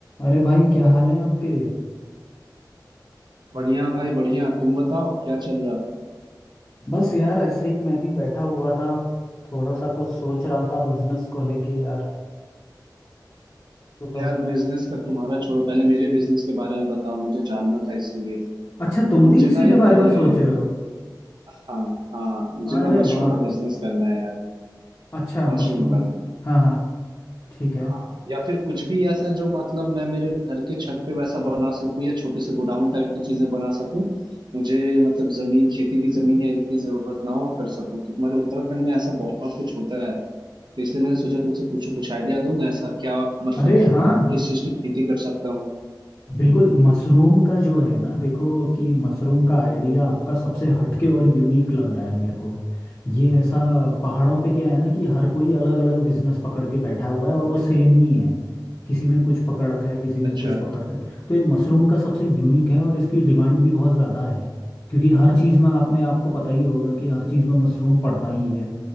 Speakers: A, on the left; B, on the right.
A: अरे भाई क्या हाल है आपके
B: बढ़िया भाई बढ़िया तुम बताओ क्या चल रहा
A: बस यार ऐसे ही मैं भी बैठा हुआ था थोड़ा सा कुछ सोच रहा था बिजनेस को लेके यार तो तभी
B: यार
A: मैंने
B: बिजनेस का तुम्हारा छोड़ो पहले मेरे बिजनेस के बारे में बताओ मुझे जानना था इसीलिए
A: अच्छा तुम
B: मुझे
A: भी इसी
B: ना यार
A: के बारे में
B: ये
A: सोच रहे हो
B: हाँ हाँ मुझे
A: अरे
B: ना मशरूम
A: वाह
B: का बिजनेस करना है यार
A: अच्छा मशरूम
B: मशरूम का
A: हाँ हाँ ठीक है
B: हाँ या फिर कुछ भी ऐसा जो मतलब मैं मेरे घर के छत पे वैसा बना सकूं या छोटे से गोडाउन टाइप की चीजें बना सकूं मुझे मतलब जमीन खेती की जमीन या इनकी जरूरत ना हो और कर सकूं तो तुम्हारे उत्तराखंड में ऐसा बहुत कुछ होता है तो इसलिए मैंने सोचा तुमसे पूछूं कुछ आइडिया दूं ना ऐसा क्या मतलब
A: अरे हाँ
B: किस चीज की खेती कर सकता हूँ
A: बिल्कुल मशरूम का जो है ना देखो कि मशरूम का आइडिया आपका सबसे हटके और यूनिक लग रहा है मेरे को ये ऐसा पहाड़ों पे क्या है ना कि हर कोई अलग अलग बिजनेस पकड़ के बैठा हुआ है और वो सेम ही है किसी ने कुछ पकड़ रखा है किसी ने
B: अच्छा
A: कुछ पकड़ रखा है तो ये मशरूम का सबसे यूनिक है और इसकी डिमांड भी बहुत ज़्यादा है क्योंकि हर चीज़ में आपने आपको पता ही होगा कि हर चीज़ में मशरूम पड़ता ही है